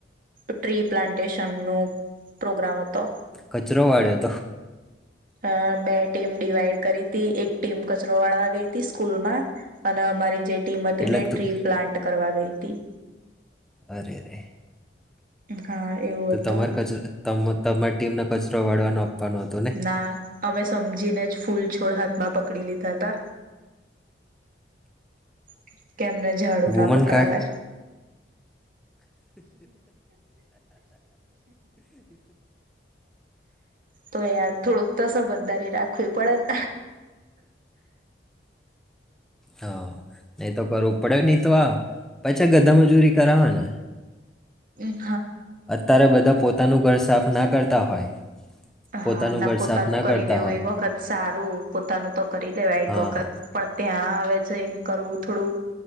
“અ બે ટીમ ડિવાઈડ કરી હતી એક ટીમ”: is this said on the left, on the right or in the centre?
Right